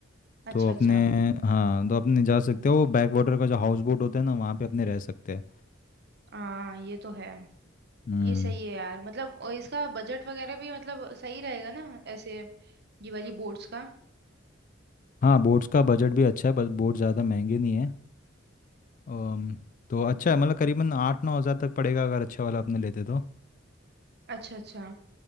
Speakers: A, on the right; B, on the left.
A: अच्छा
B: तो अपने
A: अच्छा
B: हाँ तो अपने जा सकते हो वो बैक वाटर का जो हाउस बोट होता है ना वहाँ पे अपने रह सकते हैं
A: हाँ ये तो है
B: हम्म
A: ये सही है यार मतलब और इसका बजट वगैरह भी मतलब सही रहेगा ना ऐसे ये वाली बोर्ड्स का
B: हाँ बोट्स का बजट भी अच्छा है बस बोट ज़्यादा महंगे नहीं है अम, तो अच्छा है मतलब करीबन आठ नौ हज़ार तक पड़ेगा अगर अच्छा वाला अपने लेते तो
A: अच्छा अच्छा